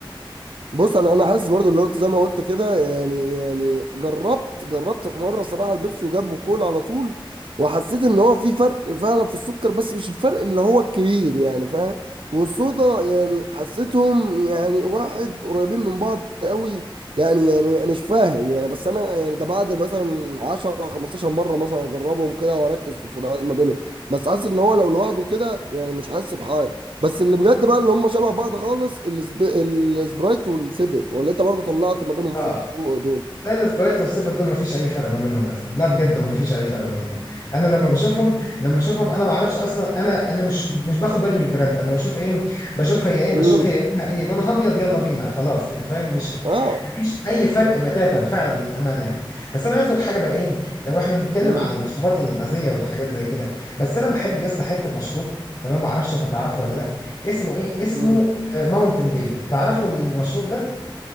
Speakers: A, on the right; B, on the left.
A: بص انا انا حاسس برضو اللي هو زي ما قلت كده يعني يعني جربت جربت في مره صراحه البيبسي وجابوا كولا على طول وحسيت ان هو في فرق فعلا في السكر بس مش الفرق اللي هو الكبير يعني فاهم والصودا يعني حسيتهم يعني واحد قريبين من بعض قوي يعني يعني مش فاهم يعني بس انا يعني ده بعد مثلا 10 15 مره مثلا اجربهم كده واركز في الفروقات ما بينهم بس حاسس ان هو لو لوحده كده يعني مش حاسس بحاجه بس اللي بجد بقى اللي هم شبه بعض خالص السب... السبرايت والسيفن ولا انت برضو طلعت ما بينهم
B: اه
A: فروق دول
B: لا الاسبريتو والسيفن دول مفيش اي فرق ما بينهم يا اسطى لا بجد مفيش اي فرق ما بينهم انا لما بشوفهم لما بشوفهم انا ما اعرفش اصلا انا انا مش مش باخد بالي من البراند انا بشوف ايه بشوف هي ايه بشوف
A: امم
B: هي لونها ايه لونها ابيض يلا بينا خلاص يعني فاهم مش
A: اه
B: مفيش اي فرق بتاتا فعلا للامانه يعني بس انا عايز اقول لك حاجه بقى ايه لو احنا نتكلم
A: امم
B: عن المشروبات الغازيه والحاجات زي كده بس انا بحب يا اسطى حته مشروب تمام ما اعرفش انت تعرفه ولا لا اسمه ايه اسمه
A: امم
B: ماونتن ديو تعرفوا المشروب ده